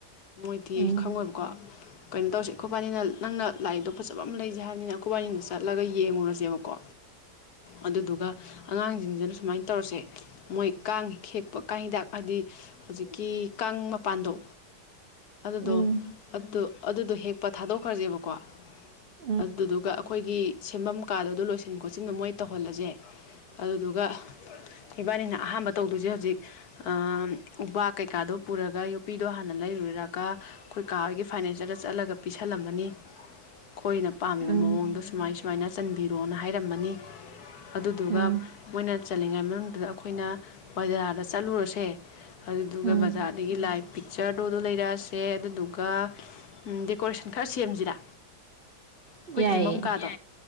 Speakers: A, on the left (about 65°); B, on the right (about 70°).
A: ꯃꯣꯏꯗꯤ
B: ꯎꯝ
A: ꯈꯪꯉꯣꯏꯕꯀꯣ ꯀꯩꯟ ꯇꯧꯁꯦ ꯈꯣꯕꯥꯅꯤꯅ ꯅꯪꯅ ꯂꯥ ꯏ ꯗꯣ ꯐꯖꯕ ꯑꯃ ꯂꯩꯖꯦ ꯍꯥꯏꯕꯅꯤꯅ ꯑꯈꯣꯕꯥꯅꯤꯅ ꯆꯠꯂꯒ ꯌꯦꯡꯉꯨꯔꯁꯦꯕꯀꯣ ꯑꯗꯨꯗꯨꯒ ꯑꯉꯥꯡꯖꯤꯡꯖꯤꯅ ꯁꯨꯃꯥꯏ ꯇꯧꯔꯁꯦ ꯃꯣꯏ ꯀꯥꯡ ꯍꯦꯛꯄ ꯀꯥꯡ ꯍꯤꯗꯥꯛ ꯍꯥꯗꯤ ꯍꯧꯖꯤꯛꯀꯤ ꯀꯥꯡ ꯃꯄꯥꯟꯗꯣ ꯑꯗꯨꯗꯣ
B: ꯎꯝ
A: ꯑꯗꯨ ꯑꯗꯨꯗꯣ ꯍꯦꯛꯄ ꯊꯥꯗꯣꯛꯈ꯭ꯔꯁꯦꯕꯀꯣ
B: ꯎꯝ
A: ꯑꯗꯨꯗꯨꯒ ꯑꯈꯣꯏꯒꯤ ꯁꯦꯝꯕꯝ ꯀꯥꯗ ꯑꯗꯣ ꯂꯣꯏꯁꯤꯟ ꯈꯣꯠꯆꯤꯟꯕ ꯃꯣꯏ ꯇꯧꯍꯜꯂꯁꯦ ꯑꯗꯨꯗꯨꯒ ꯏꯕꯥꯅꯤꯅ ꯑꯍꯥꯟꯕ ꯇꯧꯗꯣꯏꯖꯦ ꯍꯖꯤꯛ ꯑꯥꯝ ꯎꯕꯥꯛ ꯀꯩꯀꯥꯗꯣ ꯄꯨꯔꯒ ꯌꯣꯄꯤꯗꯣ ꯍꯥꯟꯅ ꯂꯩꯔꯨꯢꯔ ꯀꯥ ꯈꯣꯏ ꯀꯥ ꯍꯣꯢꯒꯤ ꯐꯥꯏꯅꯦꯜꯆꯔꯗ ꯆꯠꯂꯒ ꯄꯤꯁꯜꯂꯝꯃꯅꯤ ꯈꯣꯏꯅ ꯄꯥꯝꯃꯤꯕ
B: ꯎꯝ
A: ꯃꯑꯣꯡꯗꯨꯁꯨ ꯁꯨꯃꯥꯏ ꯁꯨꯃꯥꯏꯅ ꯆꯟꯕꯤꯔꯣꯅ ꯍꯥꯏꯔꯝꯃꯅꯤ ꯑꯗꯨꯗꯨꯒ
B: ꯎꯝ
A: ꯃꯣꯏꯅ ꯆꯜꯂꯤꯉꯩ ꯃꯅꯨꯡꯗꯨꯗ ꯑꯈꯣꯏꯅ ꯕꯖꯥꯔꯗ ꯆꯠꯂꯨꯔꯁꯦ ꯑꯗꯨꯗꯨꯒ
B: ꯎꯝ
A: ꯕꯖꯥꯔꯗꯒꯤ ꯂꯥꯏ ꯄꯤꯛꯆꯔꯗꯣ ꯑꯗꯨ ꯂꯩꯔꯛ ꯑꯁꯤ ꯁꯦ ꯑꯗꯨꯗꯨꯒ ꯗꯦꯀꯣꯔꯦꯁꯟ ꯈꯔ ꯁꯦꯝꯁꯤꯔ ꯑꯩꯈꯣꯏ
B: ꯌꯥꯏꯌꯦ
A: ꯇꯨꯝꯐꯝ ꯀꯥꯗꯣ